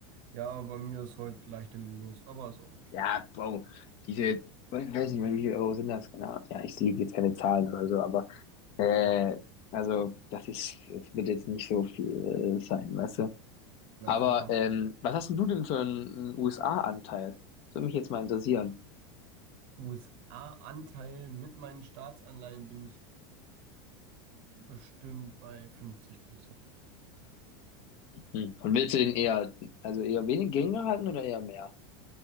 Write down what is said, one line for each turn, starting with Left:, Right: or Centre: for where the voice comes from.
Right: Ja, bei mir ist heute leicht im Minus, aber ist auch okay.
Left: ja, Bro, diese, ich weiß nicht, wie viel Euro sind das, genau. Ja, ich liege jetzt keine Zahlen oder so, aber Äh,
Right: Ja,
Left: also, das ist, es wird jetzt nicht so viel äh, sein, weißt du?
Right: na,
Left: Aber
Right: vollkommen.
Left: ähm, was hast denn du denn für einen USA-Anteil? Das würde mich jetzt mal interessieren.
Right: USA-Anteil mit meinen Staatsanleihen bin ich bestimmt bei 50 Prozent.
Left: Hm. Und willst du den eher, also eher wenig geringer halten oder eher mehr